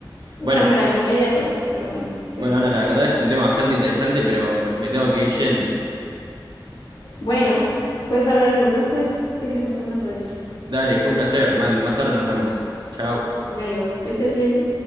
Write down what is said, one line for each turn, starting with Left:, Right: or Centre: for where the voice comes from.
Left: O
Right: Bueno,
Left: sea, no era algo inmediato, pero bueno, sí.
Right: bueno, Ana, la verdad es un tema bastante interesante, pero me tengo que ir yendo.
Left: Bueno, pues hablaremos después, seguiremos hablando de ello.
Right: Dale, fue un placer. man, más tarde nos vemos. Chao.
Left: Bueno, que estés bien.